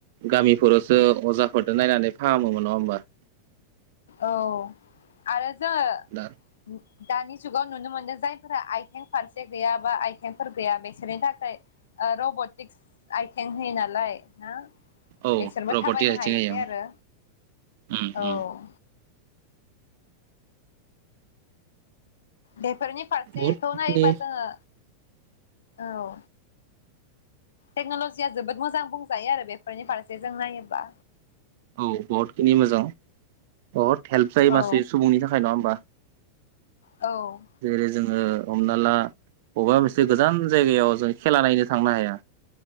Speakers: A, on the right; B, on the left.
A: गामिफोरावसो अजाफोरदो नायनानै फाहामोमोन नङा होमबा?
B: औ आरो जोङो
A: दा
B: दानि जुगाव नुनो मोनदो जायफोरा आइथें फारसे गैया बा आइथेंफोर गैया बेसोरनि थाखै ओ र'ब'टिक्स आइथें होयो नालाय ना?
A: औ
B: बेसोरबो
A: रबटि
B: थाबायनो
A: आथिं
B: हायोसै
A: होयो
B: आरो।
A: उम
B: औ
A: उम
B: बेफोरनि फारसेखौ
A: बहुदखिनि
B: नायोबा जोङो। औ टेक्न'ल'जिया जोबोद मोजां बुंजायो आरो बेफोरनि फारसे जों नायोबा
A: औ बहुत खिनि मोजां बहुद हेल्प जायो
B: औ
A: मानसि सुबुंनि थाखाय नङा होमबा?
B: औ
A: जेरै जोङो हमना ला बबेबा मोनसे गोजान जायगायाव जों खेला नायनो थांनो हाया।